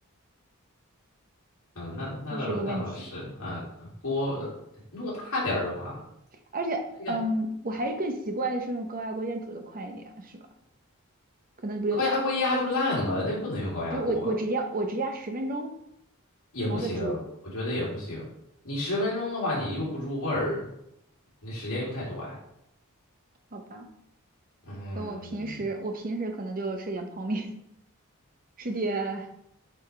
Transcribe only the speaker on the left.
嗯，那那倒那倒是，
嗯，锅弄大点儿的嘛，
那个
高压锅一压就烂了，那不能用高压锅，
也不行，
我觉得也不行。你十分钟的话，你又不入味儿，你时间又太短。
嗯，